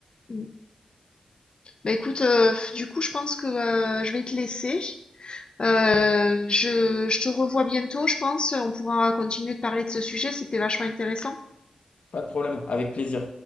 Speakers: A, on the left (about 45°); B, on the left (about 65°).
A: Mm. Bah écoute, euh, du coup, je pense que euh, je vais te laisser. Euh, je, je te revois bientôt, je pense. On pourra continuer de parler de ce sujet, c'était vachement intéressant.
B: pas de problème, avec plaisir.